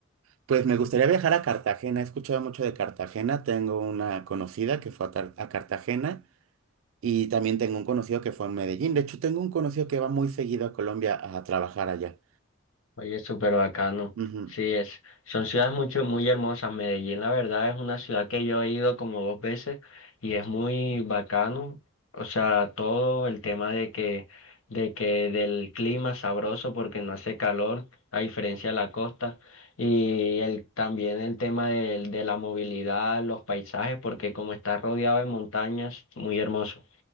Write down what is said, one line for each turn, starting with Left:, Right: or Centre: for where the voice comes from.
Right: Pues me gustaría viajar a Cartagena. He escuchado mucho de Cartagena. Tengo una conocida que fue a, Tar- a Cartagena Y también tengo un conocido que fue en Medellín. De hecho, tengo un conocido que va muy seguido a Colombia a trabajar allá.
Left: Oye, súper bacano.
Right: Ujú.
Left: Sí, es. Son ciudades mucho, muy hermosas. Medellín, la verdad, es una ciudad que yo he ido como dos veces y es muy bacano. O sea, todo el tema de que, de que del clima sabroso porque no hace calor, a diferencia de la costa. Y el, también el tema del- de, la movilidad, los paisajes, porque como está rodeado de montañas, muy hermoso.